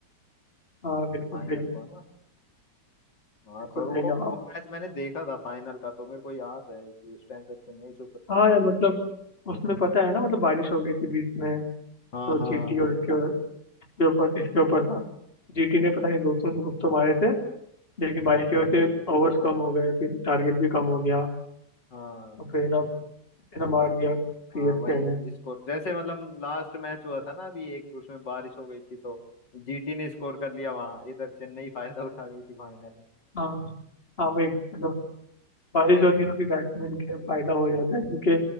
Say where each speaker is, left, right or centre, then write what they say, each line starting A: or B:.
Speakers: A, on the left (about 30°); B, on the left (about 85°).
A: हाँ बिल्कुल
B: फाइनल
A: सही
B: को है ना हाँ
A: बिल्कुल
B: थोड़ा
A: सही
B: वो
A: जवाब
B: वो मैच मैंने देखा था फाइनल का तो मेरे को याद है कि उस टाइम पे चेन्नई सुपर किंग्स
A: हाँ यार मतलब उसमें पता है ना मतलब बारिश हो गई थी बीच में तो
B: हाँ हाँ
A: जीटी और इसके इसके ऊपर इसके ऊपर था जीटी ने पता नहीं 200 से कुछ तो मारे थे लेकिन बारिश की वजह से ओवर्स कम हो गए फिर टारगेट भी कम हो गया
B: हाँ
A: और फिर ना फिर ना मार दिया सीएसके
B: हाँ वही
A: ने
B: स्कोर जैसे मतलब लास्ट मैच हुआ था ना अभी एक उसमें बारिश हो गई थी तो जीटी ने स्कोर कर लिया वहां इधर चेन्नई फायदा <laughs> उठा गई थी फाइनल में
A: हाँ हाँ भाई मतलब बारिश होती है तो फिर बैट्समैन के फायदा हो जाता है क्योंकि